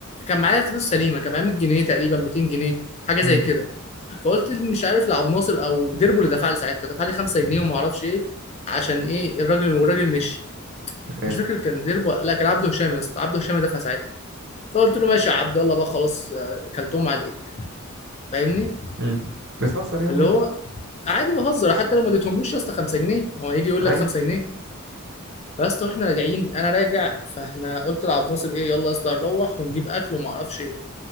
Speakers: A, on the left; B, on the right.
A: كان معايا فلوس سليمه كان معايا 100 جنيه تقريبا 200 جنيه حاجه
B: مم.
A: زي كده فقلت مش عارف لعب ناصر او ديربو اللي دفع لي ساعتها دفع لي 5 جنيه وما اعرفش ايه عشان ايه الراجل والراجل مشي
B: إيه؟
A: مش فاكر كان ديربو لا كان عبده هشام يا اسطى عبده هشام اللي دفع ساعتها فقلت له ماشي يا عبد الله بقى خلاص آه، كلتهم على ايه فاهمني
B: مم. بتهزر يعني
A: اللي
B: عادي
A: هو عادي بهزر حتى لو ما اديتهملوش يا اسطى 5 جنيه هو هيجي يقول لك
B: أيوة
A: 5 جنيه فيا اسطى احنا راجعين انا راجع فاحنا قلت لعبد ناصر ايه يلا يا اسطى نروح ونجيب اكل وما اعرفش ايه.